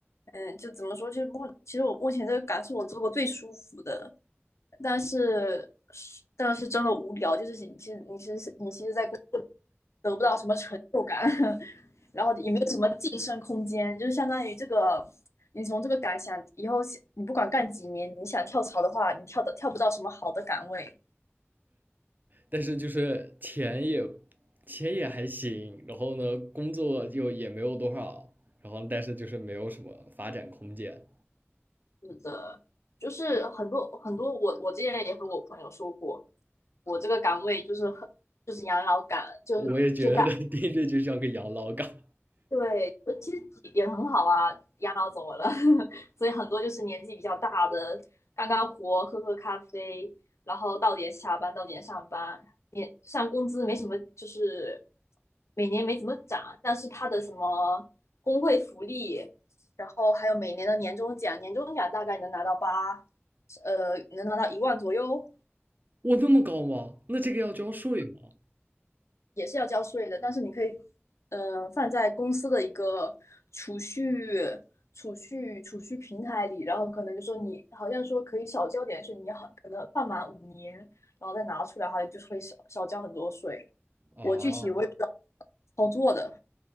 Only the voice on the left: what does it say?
嗯，就怎么说，就目其实我目前这个岗是我做过最舒服的，但是但是真的无聊，就是你其实你其实你其实在工作得不到什么成就感，<laughs> 然后也没有什么晋升空间，就是相当于这个你从这个岗想以后你不管干几年，你想跳槽的话，你跳的跳不到什么好的岗位。
是的，就是很多很多我我之前也和我朋友说过，我这个岗位就是很就是养老岗，就是就大
对，呃其实也很好啊，养老怎么了？<laughs> 所以很多就是年纪比较大的，干干活，喝喝咖啡，然后到点下班，到点上班，年上工资没什么，就是每年没怎么涨，但是他的什么工会福利，然后还有每年的年终奖，年终奖大概能拿到八，呃，能拿到一万左右，
也是要交税的，但是你可以，嗯，放在公司的一个储蓄、储蓄、储蓄平台里，然后可能就说你好像说可以少交点税，你好可能放满五年，然后再拿出来，好像就会少少交很多税。
我具体我也不知道操作的，